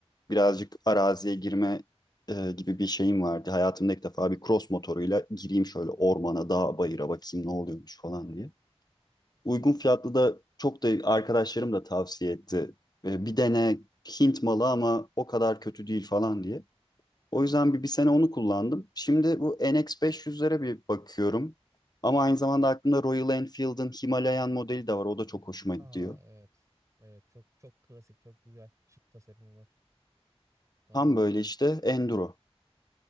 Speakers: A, on the left; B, on the right.
A: Birazcık araziye girme e, gibi bir şeyim vardı. Hayatımda ilk defa bir cross motoruyla gireyim şöyle ormana, dağa, bayıra bakayım ne oluyormuş falan diye. Uygun fiyatlı da çok da arkadaşlarım da tavsiye etti. E, bir dene Hint malı ama o kadar kötü değil falan diye. O yüzden bir, bir sene onu kullandım. Şimdi bu NX500'lere bir bakıyorum. Ama aynı zamanda aklımda Royal Enfield'ın Himalayan modeli de var. O da çok hoşuma gidiyor.
B: Aa evet. Evet çok çok klasik, çok güzel, şık tasarımı var. Valla
A: Tam böyle işte enduro.